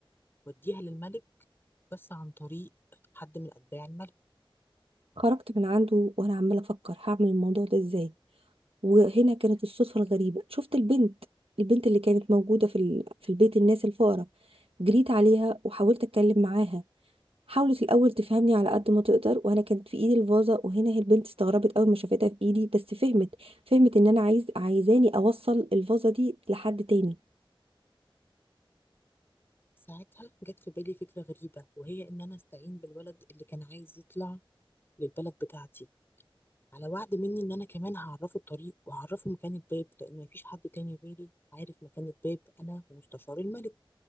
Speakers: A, on the left; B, on the right.
A: وأديها للملك بس عن طريق حد من أتباع الملك
B: خرجت من عنده وانا عمالة افكر هعمل الموضوع ده ازاي وهنا كانت الصدفة الغريبة شفت البنت البنت اللي كانت موجودة في ال... في البيت الناس الفقراء جريت عليها وحاولت أتكلم معاها حاولت الأول تفهمني على قد ما تقدر وأنا كانت في إيدي الفازة وهنا هي البنت استغربت أول ما شافتها في إيدي بس فهمت فهمت إن أنا عايز عايزاني أوصل الفازة دي لحد تاني
A: ساعتها جت في بالي فكرة غريبة وهي إن أنا أستعين بالولد اللي كان عايز يطلع للبلد بتاعتي على وعد مني إن أنا كمان هعرفه الطريق وهعرفه مكان الباب لأن مفيش حد تاني غيري عارف مكان الباب أنا ومستشار الملك